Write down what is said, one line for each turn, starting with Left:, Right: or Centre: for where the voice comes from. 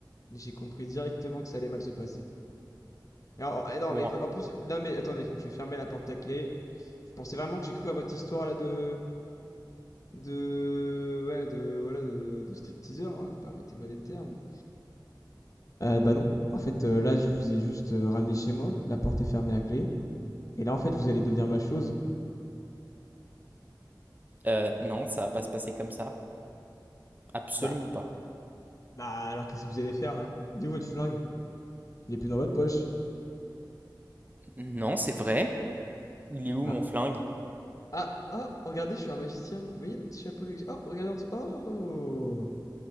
Left: et j'ai compris directement que ça allait mal se passer. Et alors, eh non,
Right: Bon,
Left: mais en plus, là, mais attendez, je vais fermer la porte à clé. Vous pensez vraiment que j'ai cru à votre histoire là de. de. ouais, de. voilà, de, de stripteaseur, hein, permettez-moi des termes. mais- Euh, bah non, en fait, euh, là, je vous ai juste euh, ramené chez moi, la porte est fermée à clé, et là, en fait, vous allez devenir ma chose.
Right: euh, non, ça va pas se passer comme ça. Absolument
Left: Bah,
Right: pas.
Left: bah alors qu'est-ce que vous allez faire là? Il est où votre flingue? Il est plus dans votre poche.
Right: Non, c'est vrai. Il est où
Left: Ah.
Right: mon flingue?
Left: Ah, oh, regardez, je suis un magicien. Vous voyez le petit chapeau là que j'ai Oh, regardez en dessous. Oh,